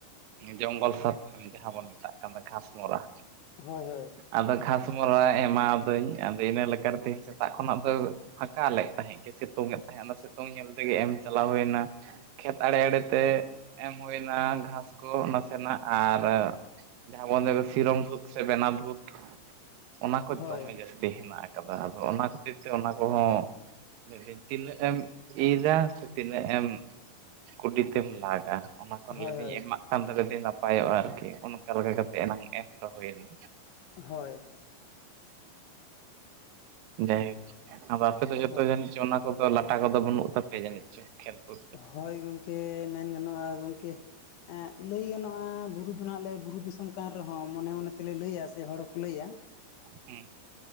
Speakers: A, on the right; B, on the left.
A: ᱡᱚᱝᱜᱚᱞ ᱥᱟᱯ ᱡᱟᱦᱟᱸ ᱵᱚᱱ ᱢᱮᱛᱟᱜ ᱠᱟᱱ ᱫᱚ ᱜᱷᱟᱥᱢᱚᱨᱟ᱾
B: ᱦᱳᱭ ᱦᱳᱭ᱾
A: ᱟᱫᱚ ᱜᱷᱟᱟᱥᱢᱚᱨᱟ ᱮᱢᱟᱫᱟᱹᱧ ᱟᱫᱚ ᱤᱱᱟᱹ ᱞᱮᱠᱟ ᱨᱮ ᱛᱮᱦᱮᱧ ᱥᱮᱛᱟᱜ ᱠᱷᱚᱱᱟᱜ ᱫᱚ ᱯᱷᱟᱠᱟ ᱞᱮᱫ ᱛᱟᱦᱮᱸᱜ ᱜᱮ ᱥᱤᱛᱩᱝ ᱮᱫ ᱛᱟᱦᱮᱸᱫ ᱚᱱᱟ ᱥᱤᱛᱩᱝ ᱧᱮᱞ ᱛᱮᱜᱮ ᱮᱢ ᱪᱟᱞᱟᱣ ᱦᱩᱭᱱᱟ᱾ ᱠᱷᱮᱛ ᱟᱲᱮ ᱟᱲᱮᱛᱮ ᱮᱢ ᱦᱩᱭᱱᱟ ᱜᱷᱟᱥ ᱠᱚ ᱱᱟᱥᱮᱱᱟᱜ ᱟᱨ ᱡᱟᱦᱟᱸ ᱵᱚᱱ ᱥᱤᱨᱚᱢ ᱛᱩᱫ ᱥᱮ ᱵᱮᱱᱟ ᱛᱩᱫ ᱚᱱᱟ ᱠᱚ
B: ᱦᱳᱭ
A: ᱫᱚᱢᱮ ᱜᱮ ᱦᱮᱱᱟᱜ ᱟᱠᱟᱫᱟ ᱟᱫᱚ ᱚᱱᱟ ᱠᱷᱟᱹᱛᱤᱨ ᱛᱮ ᱚᱱᱟ ᱠᱚᱦᱚᱸ ᱛᱤᱱᱟᱹᱜ ᱮᱢ ᱤᱨᱟ ᱥᱮ ᱛᱤᱱᱟᱹᱜ ᱮᱢ ᱠᱩᱰᱤᱛᱮᱢ ᱞᱟᱜᱟ ᱚᱱᱟ ᱠᱷᱚᱱ
B: ᱦᱳᱭ
A: ᱞᱟᱹᱭᱫᱟᱹᱧ
B: ᱦᱳᱭ
A: ᱮᱢᱟᱜ ᱠᱷᱟᱱᱛᱮ ᱡᱩᱫᱤ ᱱᱟᱯᱟᱭᱚᱜᱼᱟ ᱟᱨᱠᱤ ᱚᱱᱠᱟ ᱞᱮᱠᱟ ᱠᱟᱛᱮᱜ ᱮᱱᱟᱝ ᱮᱢ ᱫᱚᱦᱚᱭᱮᱱᱟ
B: ᱦᱳᱭ
A: ᱡᱟᱭᱦᱳᱠ ᱟᱫᱚ ᱟᱯᱮ ᱫᱚ ᱡᱷᱚᱛᱚ
B: ᱦᱳᱭ
A: ᱡᱟᱹᱱᱤᱡ ᱚᱱᱟ ᱠᱚᱫᱚ ᱞᱟᱴᱟ ᱠᱚᱫᱚ ᱵᱟᱹᱱᱩᱜ ᱛᱟᱯᱮᱭᱟ ᱡᱟᱹᱱᱤᱡ? <unintelligible>
B: ᱦᱳᱭ ᱜᱚᱢᱠᱮ ᱢᱮᱱ ᱜᱟᱱᱚᱜᱼᱟ ᱜᱚᱢᱠᱮ ᱞᱟᱹᱭ ᱜᱟᱱᱚᱜᱼᱟ ᱵᱩᱨᱩ ᱫᱚ ᱱᱟᱦᱟᱜ ᱞᱮ ᱵᱩᱨᱩ ᱫᱤᱥᱚᱢ ᱠᱟᱱ ᱨᱮᱦᱚᱸ ᱢᱚᱱᱮ ᱢᱚᱱᱮ ᱛᱮᱞᱮ ᱞᱟᱹᱭᱟ ᱥᱮ ᱦᱚᱲᱠᱚ ᱞᱟᱹᱭᱟ
A: ᱦᱮᱸ